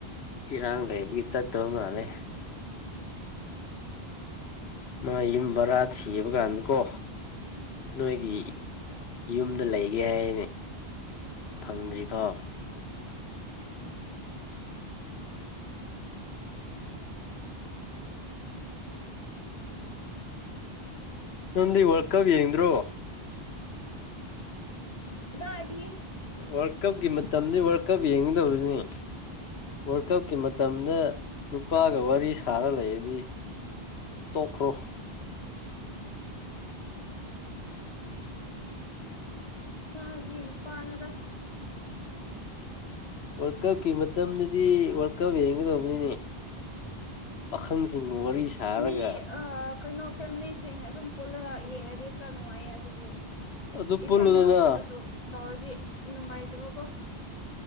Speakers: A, on the left; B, on the left.
A: ꯏꯔꯥꯡ ꯂꯩꯕꯒꯤ ꯆꯠꯇꯕ ꯃꯥꯜꯂꯦ ꯃꯥꯏ ꯌꯨꯝ ꯕꯔꯥꯗ ꯊꯤꯕ ꯀꯥꯟꯗꯀꯣ ꯅꯣꯏꯒꯤ ꯌꯨꯝꯗ ꯂꯩꯒꯦ ꯍꯥꯏꯒ‌ꯦ ꯍꯥꯏꯅ‌ꯦ ꯐꯪꯗ꯭ꯔꯤꯐꯥꯎ ꯅꯪꯗꯤ ꯋꯥꯜ ꯀꯕ ꯌꯦꯡꯗꯔꯣ
B: ꯀꯗꯥꯥꯏꯗꯒꯤ
A: ꯋꯥꯔꯜ ꯀꯞꯀꯤ ꯃꯇꯝꯗꯤ ꯋꯥꯔꯜ ꯀꯞ ꯌꯦꯡꯒꯗꯕꯅꯤ ꯋꯥꯔꯜ ꯀꯞꯀꯤ ꯃꯇꯝꯗ ꯅꯨꯄꯥꯒ ꯋꯥꯔꯤ ꯁꯥꯔ ꯂꯩꯔꯗꯤ ꯇꯣꯛꯈ꯭ꯔꯣ
B: ꯀꯥꯏꯗ <unintelligible> ꯅꯨꯄꯥꯅ‌ꯣꯗ
A: ꯋꯥꯔꯜ ꯀꯞꯀꯤ ꯃꯇꯝꯗꯗꯤ ꯋꯥꯔꯜ ꯀꯞ ꯌꯦꯡꯒꯗꯧꯕꯅꯤꯅꯦ ꯄꯥꯈꯪꯁꯤꯡ ꯋꯥꯔꯤ ꯁꯥꯔꯒ
B: ꯃꯤ ꯀꯩꯅꯣ ꯐꯦꯝꯂꯤ ꯊꯦꯡꯅ ꯑꯗꯨꯝ ꯄꯨꯜꯂꯒ ꯌꯦꯡꯉꯗꯤ ꯈꯔ ꯅꯨꯡꯉꯥꯏꯌꯦ ꯑꯗꯨꯕꯨ ꯑꯁ
A: ꯑꯗꯨ ꯄꯨꯜꯂꯨꯗꯅ
B: ꯏꯊꯟꯅꯥꯒꯨꯝꯕꯗꯨ ꯇꯧꯔꯗꯤ ꯅꯨꯡꯉꯥꯏꯗꯕ ꯀꯣ